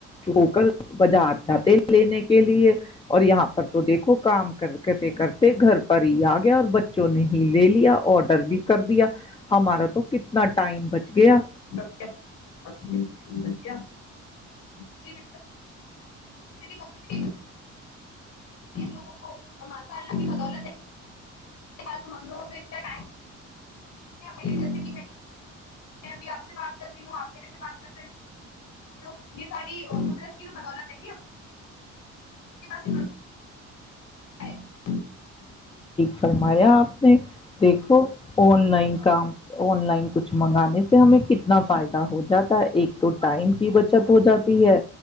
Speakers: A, on the left (about 15°); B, on the left (about 80°).
A: ہو کر بازار جاتے لینے کے لیے اور یہاں پر تو دیکھو کام کر کےتےے کر گھر پر ہی آ گیا اور بچوں نے ہی لے لیا آڈر بھی کر دیا ہمارا تو کتنا ٹائم بچ
B: بچ
A: گیا
B: جی بالکل ری وقت کے لوگوں کوم اللہ کی بدولت ہے آ ہم لوگ اتنا ٹائم جیسے میں میںب آپ سے بات کر رہی ہوں آپ میرے سے بات کر رہیوں تو یہ ساری قدرت کی تو بدولت ہے کہ کےس م
A: سرھ آپ نے دیکھو آن لائن کام آن لائن کچھ منگانے سے ہمیں کتنا فائدہ ہو جات ایک تو ٹائم کی بچت ہو جاتی ہے